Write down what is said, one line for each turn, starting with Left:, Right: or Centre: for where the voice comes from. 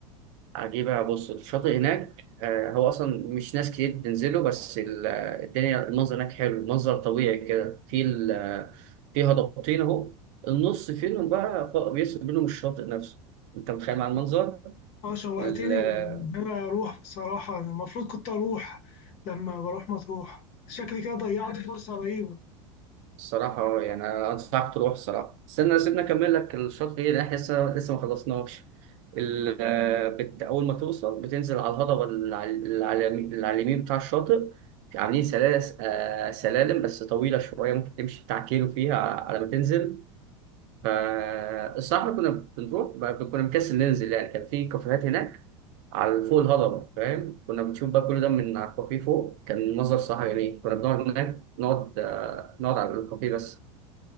Right: عجيبه بص الشاطئ هناك آه، هو اصلا مش ناس كتير بتنزله بس ال- آه، الدنيا المنظر هناك حلو منظر طبيعي كده في ال- آه، في هضبتين اهو النص فيهم بقى ف- بيفصل بينهم الشاطئ نفسه انت متخيل مع المنظر
Left: اه شوقتني
Right: ال-
Left: إن انا اروح بصراحة أنا المفروض كنت اروح لما بروح مطروح شكلي كده ضيعت فرصة رهيبة
Right: الصراحة آه، يعني أنا أنصحك تروح الصراحة استنى سيبنا أكمل لك الشاطئ إيه لأن إحنا لسه لسه ما خلصناش ال- آه، بت... أول ما توصل بتنزل على الهضبة اللي على اللي على اليمين اللي على اليمين بتاع الشاطئ عاملين سلالس... آه، سلالم بس طويلة شوية ممكن تمشي بتاع كيلو فيها على ما تنزل فالصراحة إحنا كنا بنروح ب- كنا مكسل ننزل يعني كان في كافيهات هناك على فوق الهضبة فاهم كنا بنشوف بقى كل ده من على الكافيه فوق كان منظر صح يعني كنا بنقعد هناك نقعد آه، نقعد على الكافيه بس